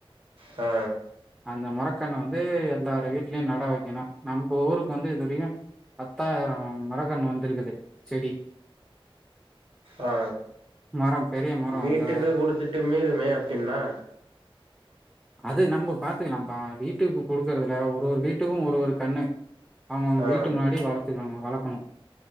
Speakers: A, on the right; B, in the centre.
A: ஆ
B: அந்த மரக்கண்ண வந்து எல்லாரு வீட்லயு நட வைக்கணு நம்ப ஊருக்கு வந்து இது வெரிக்கு பத்தாயிரோ மரகண்ணு வந்துருக்குது செடி
A: ஆ
B: மரம் பெரிய மரோ
A: வீட்டுக்கு
B: அந்த
A: குடுத்துட்டு மீறுமே அப்பின்னா
B: அது நம்ம பாத்துக்கலாம்ப்பா வீட்டுக்கு குடுக்குறதுல ஒரு ஒரு வீட்டுக்கு ஒரு ஒரு கண்ணு அவங்கவங்க
A: ஆ
B: வீட்டு முன்னாடி வளத்துக்கணு வளக்கணும